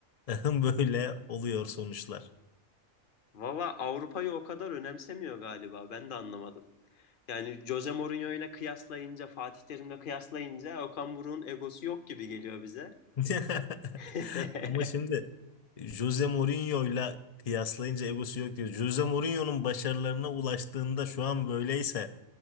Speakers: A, on the left; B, on the left.
A: <laughs> böyle oluyor sonuçlar?
B: Valla Avrupa'yı o kadar önemsemiyor galiba. Ben de anlamadım. Yani Jose Mourinho ile kıyaslayınca, Fatih Terim'le kıyaslayınca Okan Buruk'un egosu yok gibi geliyor bize.
A: <laughs>
B: <laughs>
A: Ama şimdi Jose Mourinho'yla kıyaslayınca egosu yok diyor. Jose Mourinho'nun başarılarına ulaştığında şu an böyleyse